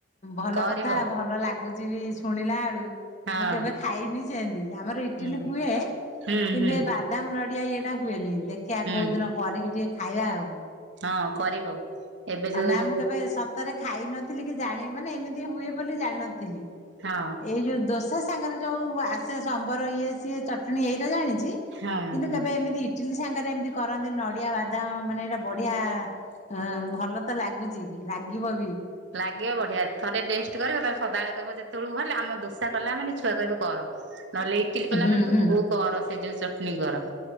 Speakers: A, on the left (about 35°); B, on the right (about 60°).
A: ଭଲ
B: କରିବ
A: କଥା ଭଲ ଲାଗୁଛି। ଚି ବି ଶୁଣିଲା ବେଳକୁ।
B: ହଁ।
A: ଖାଇନି ସେମିତି ଆମର ଇଟିଲି
B: ହୁଁ
A: ହୁଏ
B: ହୁଁ
A: କିନ୍ତୁ
B: ହୁଁ
A: ଏ ବାଦାମ ନଡିଆ ଇଏଟା ହୁଏନି ଦେଖିବା
B: ହୁଁ
A: କୋଉ ଦିନ କରିକି ଟିକେ ଖାଇବା ଆଉ।
B: ହଁ କରିବ। ଏବେ ଯୋଉ
A: ନା ମୁଁ କେବେ ସତରେ ଖାଇନଥିଲି, କି ଜାଣି ମାନେ ଏମିତି ହୁଏ ବୋଲି ଜାଣିନଥିଲି।
B: ହଁ।
A: ଏଇ ଯୋଉ ଦୋସା ସାଙ୍ଗରେ ଯୋଉ ଆସେ ସମ୍ୱର ଇଏ ସିଏ ଚଟଣୀ ଏଇଟା ଜାଣିଛି।
B: ହଁ
A: କିନ୍ତୁ
B: ହଁ।
A: କେବେ ଏମିତି ଟିଲି ସାଙ୍ଗରେ ଏମିତି କରନ୍ତି ନଡିଆ ବାଦାମ ମାନେ ଏଇଟା ବଢିଆ ଅ ଭଲ ତ ଲାଗୁଛି, ରାଗିବ ବି?
B: ଲାଗିବ ବଢିଆ ଥରେ ଟେଷ୍ଟ କରିବ, ତମେ ସଦାବେଳେ କହିବ ଯେତେବେଳକୁ ଭ ହେଲା ଆମ ଦୋଷା କଲାମାନେ ଛୁଆ କହିବ କର। ନହେଲେ ଇଟିଲି କଲା
A: ହୁଁ
B: ମାନେ, ତୁ
A: ହୁଁ
B: ବୋଉ କର, ସେ ଯୋଉ ଚଟନି କର।